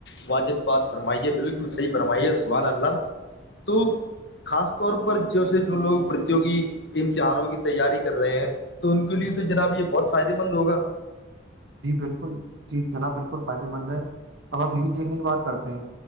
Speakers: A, on the left; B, on the right.
A: واجد بات فرمائی ہے بالکل صحیح فرمائیے سبان اللہ تو خاص طور پر جیسے جو لوگ پرتوگی امتحانوں کی تیاری کر رہے ہیں تو ان کے لیے تو جناب یہ بہت فائدے مند ہوگا
B: جی بالکل جی جناب بالکل فائدہ مند ہے اب آپ نیوز دیکھنے کی بات کرتے ہیں